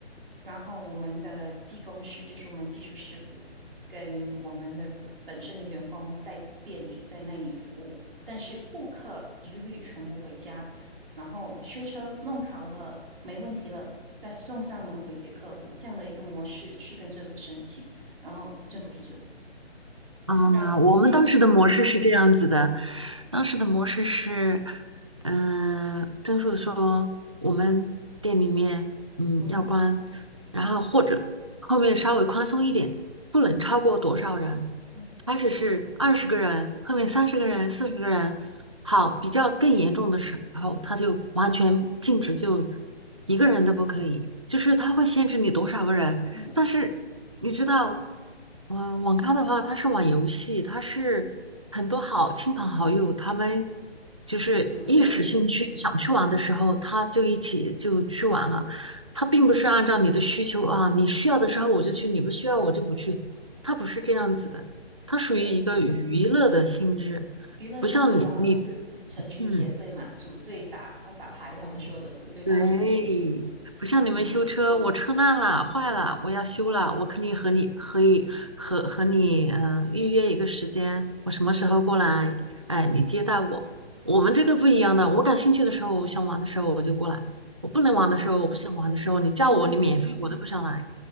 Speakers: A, on the right (about 50°); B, on the right (about 30°).
A: 然后我们的技工师就是我们技术师傅跟我们的本身的员工在店里在那里服务，但是顾客一律全部回家，然后修车弄好了，没问题了，再送上门回给客户，这样的一个模式去跟政府申请。然后政府批准了，
B: 嗯，
A: 然后幸好，
B: 我们当时的模式是这样子的，当时的模式是，嗯、政府说我们店里面嗯要关，
A: 嗯哼，
B: 然后或者后面稍微宽松一点，不能超过多少人，
A: 嗯，
B: 开始是二十个人，后面三十个人、四十个人，好，比较更严重的时候，他就完全禁止，就一个人都不可以，就是他会限制你多少个人，
A: 嗯，
B: 但是你知道，呃，网咖的话，它是玩游戏，它是很多好亲朋好友，他们就是一时兴趣想去玩的时候，
A: 就组队，
B: 他就一起就去玩了。他并不是按照你的需求啊，你需要的时候我就去，你不需要我就不去，他不是这样子的，他属于一个嗯娱乐的性质，
A: 对，娱乐性质，
B: 不像你你
A: 然后是成群结队嘛，
B: 嗯。
A: 组队打打牌，他们说的组队打什么什么什么，
B: 对，不像你们修车，
A: 嗯，
B: 我车烂了、坏了，我要修了，我肯定和你可以和和你呃预约一个时间，我什么时候过来，
A: 对，
B: 哎，你接待我。我们这个不一样的，我感兴趣的时候，我想玩的时候我就过来，我不能玩的时候，
A: 嗯，
B: 我不想玩的时候，你叫我，
A: 那对你，
B: 你免费我都不想来，